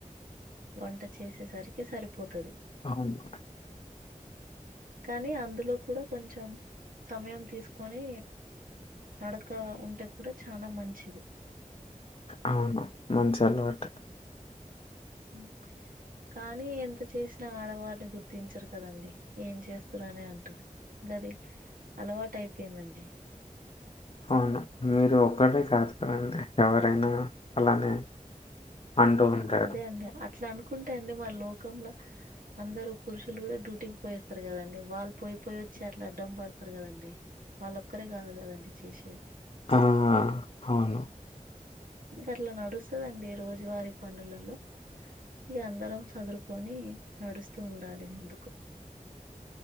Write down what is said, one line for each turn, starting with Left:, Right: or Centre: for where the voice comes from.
Right: వంట చేసేసరికి సరిపోతది
Left: అవును
Right: కానీ అందులో కూడా కొంచెం సమయం తీసుకొని నడక ఉంటే కూడా చానా మంచిది
Left: అవును మంచి అలవాటే
Right: మ్ కానీ ఎంత చేసినా ఆడవారిని గుర్తించరు కదండి ఏం చేస్తరు అనే అంటారు గది అలవాటు అయిపోయిందండి
Left: అవును మీరు ఒక్కరే కాదు కదండి ఎవరైనా అలానే అంటూ
Right: ఆ
Left: ఉంటారు.
Right: అదే అండి అట్లా అనుకుంటు అండి మరి లోకంలో అందరు పురుషులు కూడా డ్యూటీకి పోయివస్తరు కదండి వాళ్ళు పోయిపోయి వచ్చి అట్లా అడ్డం పడతారు కదండి వాళ్ళొక్కరే కాదు కదండి చేసేది
Left: ఆ అవును
Right: గట్ల నడుస్తదండి రోజువారి పనులలో ఇగ అందరం చదురుకొని నడుస్తూ ఉండాలి ఎందుకు